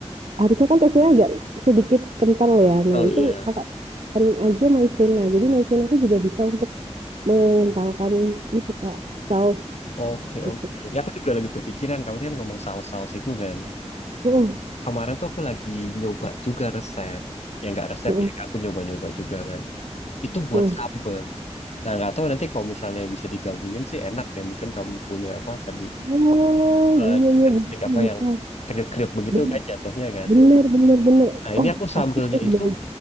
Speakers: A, on the right (about 65°); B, on the left (about 65°).
A: harusnya kan teksturnya agak sedikit kental ya. Nah,
B: betul
A: itu
B: ya.
A: kakak kan aja maizena. Jadi maizena tuh juga bisa untuk mengentalkan itu kak saus
B: Oke,
A: gitu.
B: oke. Ini aku juga lagi kepikiran, kamu kan ngomong saus-saus itu kan.
A: Heeh,
B: Kemarin tuh aku lagi nyoba juga resep. Ya nggak resep
A: heeh,
B: ya, aku nyoba-nyoba juga kan. Itu buat
A: heeh.
B: sambal. Nah, nggak tahu nanti kalau misalnya bisa digabungin sih enak ya. Mungkin kamu punya apa tadi,
A: Oh
B: eh,
A: iya
B: chicken
A: iya bisa
B: stick apa
A: bisa
B: yang kriuk-kriuk begitu
A: Ben-
B: kan jatuhnya kan.
A: bener bener bener.
B: Nah,
A: Oh
B: ini aku sambalnya
A: aku kok
B: itu,
A: beli